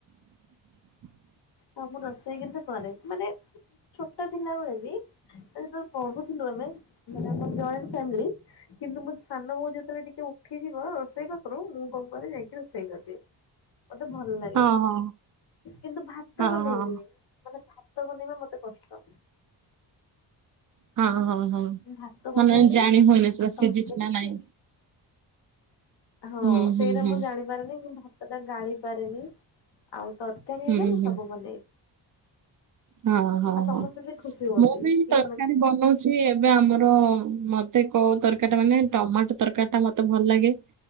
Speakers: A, on the right; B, on the left.
A: <inaudible>
B: ହଁ ମୁଁ ରୋଷେଇ କିନ୍ତୁ କରେ ମାନେ ଛୋଟ ଥିଲାବେଳେ ବି ଯେତେବେଳେ ପଢୁଥିଲୁ ଆମେ ମାନେ ଆମ ଜଏଣ୍ଟ ଫାମିଲି କିନ୍ତୁ ମୁ ସାନ ବୋଉ ଯେତେବେଳେ ଟିକେ ଉ ଉଠିଯିବ ରୋଷେଇ ପାଖରୁ ମୁଁ କଣ କରେ ଯାଇକି ରୋଷେଇ କରିଦିଏ। ମତେ ଭଲ ଲାଗେ
A: ହଁ ହଁ
B: କିନ୍ତୁ ଭାତ
A: ହଁ
B: ବନେଇବିନି।
A: ହଁ।
B: ମାନେ ଭାତ ତ ବନେଇବା ମତେ କଷ୍ଟ।
A: ହଁ ହଁ ହଁ
B: ଭାତ
A: ମାନେ
B: ବନେଇବିନି
A: ଜାଣି ହୁଏନି ସେଟା
B: ଆଉ
A: ସିଝିଛି
B: ତରକାର
A: ନା ନାଇଁ।
B: ହଁ
A: ହୁଁ
B: ସେଇଟା
A: ହୁଁ ହୁଁ
B: ମୁଁ ଜାଣିପାରେନି କି ଭାତଟା ଗାଳି ପାରେନି ଆଉ ତର କାରି
A: ହୁଁ
B: ହେଲା ମୁଁ
A: ହୁଁ
B: ସବୁ ବନେଇ।
A: ହଁ ହଁ
B: ସମସ୍ତେ
A: ହଁ
B: ବି ଖୁସି ହୁଅନ୍ତି
A: ମୁଁ ବି
B: କି
A: ତରକାରୀ
B: ମାନେ
A: ବନଉ ଛି ଏବେ ଆମର ମତେ କୋଉ ତରକାରୀ ଟା ମାନେ ଟମାଟୋ ତରକାରୀ ଟା ମତେ ଭଲ ଲାଗେ